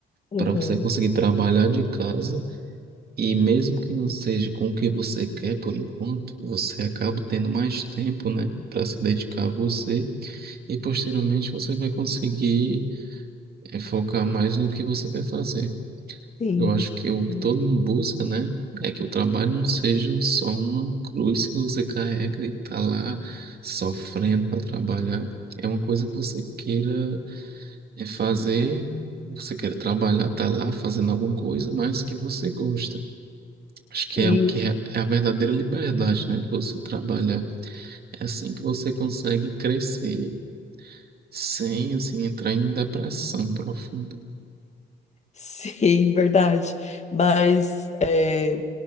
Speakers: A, on the left (about 35°); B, on the right (about 50°).
A: Uhum.
B: para você conseguir trabalhar de casa E mesmo que não seja com o que você quer por enquanto, você acaba tendo mais tempo, né, para se dedicar a você e posteriormente você vai conseguir eh, focar mais no que você quer fazer.
A: Sim.
B: Eu acho que o que
A: <laughs>
B: todo mundo busca, né, é que o trabalho não seja só uma cruz que você carrega e tá lá sofrendo para trabalhar. É uma coisa que você queira eh, fazer, você queira trabalhar, tá lá fazendo alguma coisa, mas que você gosta. Acho que
A: E,
B: é o que é, é a verdadeira liberdade, né? De você trabalhar. É assim que você consegue crescer sem, assim, entrar em depressão profunda.
A: sim, verdade. Mas é,